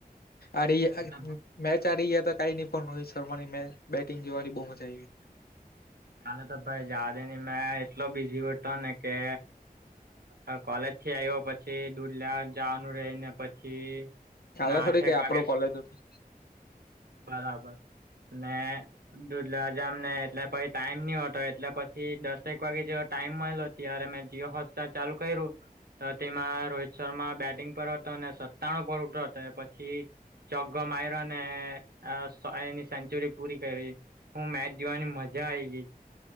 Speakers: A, on the left; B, on the right.
A: અરે
B: કાલે તો
A: મેચ આરી ગયા હતા કાઈ નહીં પણ રોહિત શર્માની મે બેટિંગ જોવાની બહુ મજા આવી
B: કાલે તો ભાઈ જાવાદેની મેં એટલો બીઝી હતો ને કે અ કોલેજ થી આવ્યો પછી દુરલા જવાનું રહીને પછી
A: કાલે
B: આઠેક
A: થોડી કઈ
B: વાગે
A: આપડો કોલેજ હતું
B: બરાબર ને દુધલા જામ ને એટલે પછી ટાઈમ નહતો એટલે પછી દસેક વાગે જેવ ટાઈમ મળેલો ત્યારે મેં જીઓ હોટસ્ટાર ચાલુ કર્યું તો તેમાં રોહિત શર્મા બેટિંગ પર હતો અને સત્તાણું પર હતો પછી ચોગ્ગો માયરો ને આ સો એની સેન્ચુરી પૂરી કરી, હું મેચ જોવાની મજા આઈ ગઈ.